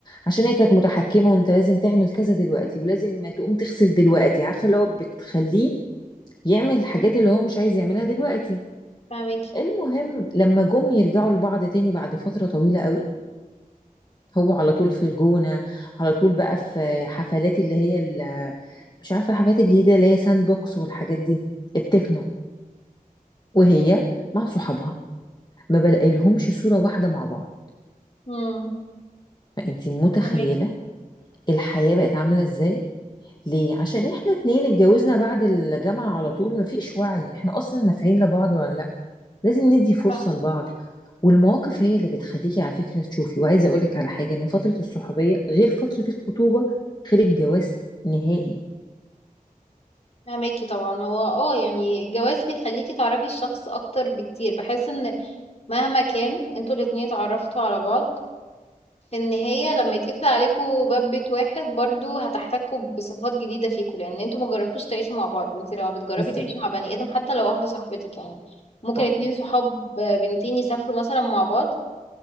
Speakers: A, on the left; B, on the left.
A: عشان هي كانت متحكمه وانت لازم تعمل كذا دلوقتي ولازم تقوم تغسل دلوقتي عارفه اللي هو بتخليه يعمل الحاجات اللي هو مش عايز يعملها دلوقتي
B: فاهمك
A: المهم لما جم يرجعوا لبعض تاني بعد فترة طويلة قوي هو على طول في الجونة على طول بقى في حفلات اللي هي ال- مش عارفة الحفلات الجديدة اللي هي ساند بوكس والحاجات دي التكنو وهي مع صحابها ما بلاقيلهمش صورة واحدة مع بعض
B: امم
A: فانتي متخيلة
B: فاهمك
A: الحياة بقت عاملة ازاي ليه عشان احنا اتنين اتجوزنا بعد الجامعة على طول مفيش وعي احنا اصلا نافعين لبعض ولا لازم ندي فرصة
B: صح
A: لبعض والمواقف هي اللي بتخليكي على فكرة تشوفي وعايزة أقولك على حاجة إن فترة الصحوبية غير فترة الخطوبة غير الجواز نهائي
B: فاهمك طبعا هو اه يعني الجواز بيخليكي تعرفي الشخص أكتر بكتير بحس إن مهما كان انتوا الاتنين اتعرفتوا على بعض في النهاية لما يتقفل عليكوا باب بيت واحد برضو هتحتكوا بصفات جديدة فيكوا لأن انتوا مجربتوش تعيشوا مع بعض وانت لما بتجربي
A: بالظبط
B: تعيشي مع بني آدم حتى لو واحدة صاحبتك يعني ممكن
A: صح
B: اتنين صحاب بنتين يسافروا مثلا مع بعض